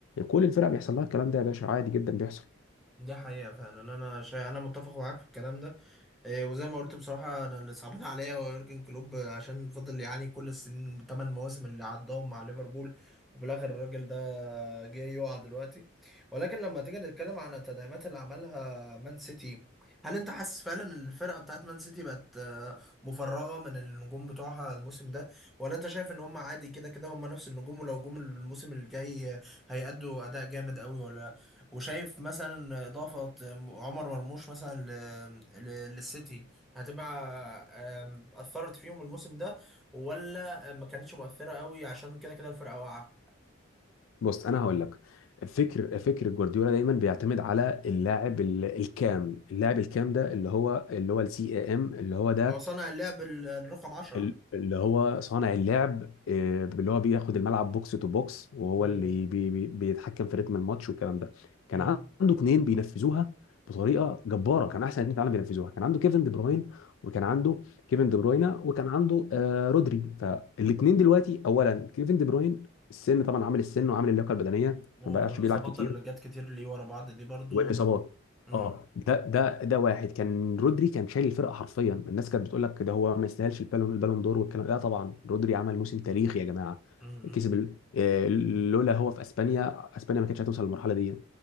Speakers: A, on the left; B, in the centre.
A: كل الفرق بيحصل لها الكلام ده يا باشا عادي جدا بيحصل
B: ده حقيقة فعلا انا شا... انا متفق معاك في الكلام ده إيه، وزي ما قلت بصراحة انا اللي صعبان <laughs> عليا هو يورجن كلوب عشان فضل يعاني كل السنين الثمان مواسم اللي عداهم مع ليفربول وفي الاخر الراجل ده جه يقع دلوقتي ولكن لما تيجي نتكلم عن التدعيمات اللي عملها مان سيتي هل انت حاسس فعلا ان الفرقة بتاعت مان سيتي بقت آه، مفرغة من النجوم بتوعها الموسم ده ولا انت شايف ان هم عادي كده كده هم نفس النجوم ولو جم الموسم الجاي هيأدوا اداء جامد قوي ولا وشايف مثلا إضافة عمر مرموش مثلا ل... ل... للسيتي هتبقى أم، أثرت فيهم الموسم ده ولا ما كانتش مؤثرة قوي عشان كده كده الفرقة واقعة
A: بص انا هقول لك فكر فكر جوارديولا دايما بيعتمد على اللاعب ال- الكام اللاعب الكام ده اللي هو اللي هو السي ام اللي هو ده
B: هو صنع اللعب ال- الرقم عشرة
A: ال- اللي هو صانع اللعب آه، اللي هو بياخد الملعب بوكس تو بوكس وهو
B: مم.
A: اللي بي بي بيتحكم في رتم الماتش والكلام ده كان
B: مم.
A: عنده اتنين بينفذوها بطريقه جباره كان احسن اتنين في العالم بينفذوها كان عنده كيفن دي بروين وكان عنده كيفن دي بروينا وكان عنده آه رودري فالاتنين دلوقتي اولا كيفن دي بروين السن طبعا عامل السن وعامل اللياقه البدنيه
B: والإصابات
A: فما بقاش بيلعب كتير
B: اللي جت كتير ليه ورا بعض دي برضو
A: والاصابات
B: مم.
A: اه ده ده ده واحد كان رودري كان شايل الفرقه حرفيا الناس كانت بتقول لك ده هو ما يستاهلش البالون البالون دور والكلام ده طبعا رودري عمل موسم تاريخي يا جماعه
B: مم.
A: كسب ال- آه، لولا هو في اسبانيا اسبانيا ما كانتش هتوصل للمرحله دي